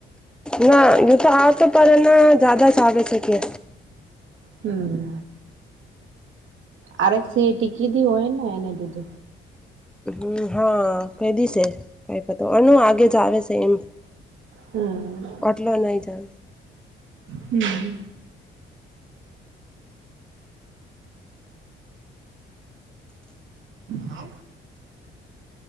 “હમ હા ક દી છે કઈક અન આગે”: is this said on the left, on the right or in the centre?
Centre